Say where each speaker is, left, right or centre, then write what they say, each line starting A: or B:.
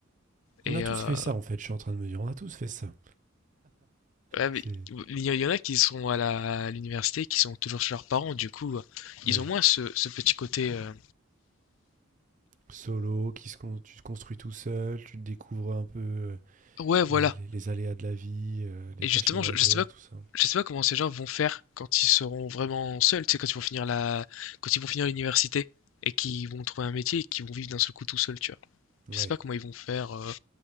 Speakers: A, on the left (about 75°); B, on the right (about 40°).
A: Et
B: On a tous
A: euh,
B: fait ça, en fait, je suis en train de me dire. On a tous fait ça.
A: ouais, mais
B: C'est
A: il y, y en a qui sont à la- à l'université, qui sont toujours chez leurs parents, du coup, euh,
B: ouais,
A: ils ont moins ce, ce petit côté, euh,
B: solo, qui se con tu te construis tout seul, tu découvres un peu, heu,
A: ouais, voilà,
B: les les les aléas de la vie, heu, les
A: Et justement,
B: tâches ménagères,
A: je, je sais pas,
B: tout ça.
A: je sais pas comment ces gens vont faire quand ils seront vraiment seuls, tu sais, quand ils vont finir la, quand ils vont finir l'université et qu'ils vont trouver un métier et qu'ils vont vivre d'un seul coup tout seuls, tu vois.
B: Ouais.
A: Je sais pas comment ils vont faire. euh,